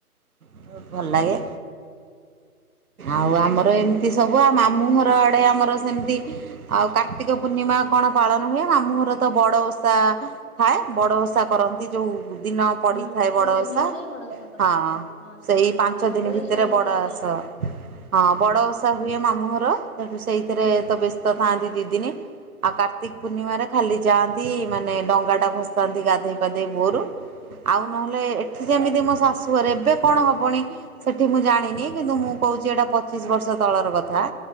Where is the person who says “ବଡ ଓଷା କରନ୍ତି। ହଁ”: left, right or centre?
Left